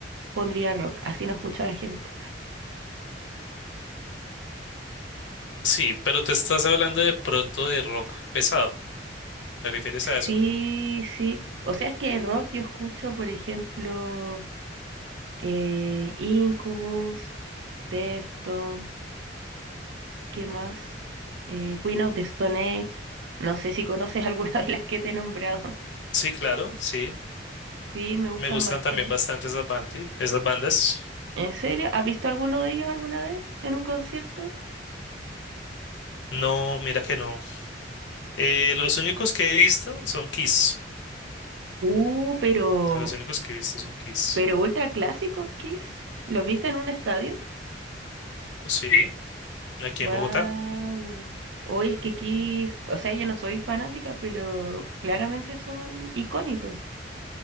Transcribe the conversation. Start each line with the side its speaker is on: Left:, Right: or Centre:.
Right: pondría rock, así no escucho a la gente.
Left: sí, pero te estás hablando de pronto de rock pesado, ¿te refieres a eso?
Right: Sí, sí. O sea, es que rock yo escucho, por ejemplo, eh, Incubus, Deftones, ¿qué más? Eh, Queen of the Stone Age. No sé si conoces alguna <laughs> de las que te he nombrado.
Left: Sí, claro, sí,
Right: Sí, me gustan
Left: me gustan
Right: bastante.
Left: también bastante esas bandas, esas bandas.
Right: ¿En serio? ¿Has visto alguno de ellos alguna vez en un concierto?
Left: No, mira que no. Eh, los únicos que he visto son Kiss,
Right: Uh, pero,
Left: a los únicos que he visto son Kiss.
Right: pero ultra clásicos, Kiss. ¿Los viste en un estadio?
Left: Sí. Aquí
Right: Wow.
Left: en Bogotá.
Right: Hoy es que aquí, o sea, yo no soy fanática, pero claramente son icónicos,